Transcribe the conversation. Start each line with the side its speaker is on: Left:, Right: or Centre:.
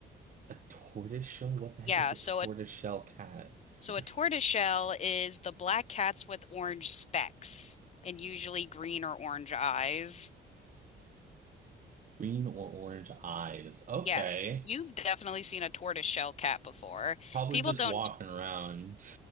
Right: tortoise shell? What the heck
Left: Yeah,
Right: is a
Left: so
Right: tortoise
Left: a
Right: shell cat?
Left: so
Right: <laughs>
Left: a tortoiseshell is the black cats with orange specks and usually green or orange eyes.
Right: Green or orange eyes. Okay.
Left: Yes, you've definitely seen a tortoiseshell cat before.
Right: Probably
Left: People
Right: just
Left: don't
Right: walking around.